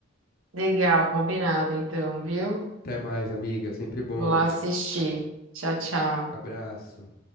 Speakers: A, on the right (about 80°); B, on the left (about 50°).
A: Legal, combinado, então, viu?
B: Até mais, amiga. Sempre bom.
A: Vou lá assistir. Tchau, tchau.
B: Abraço.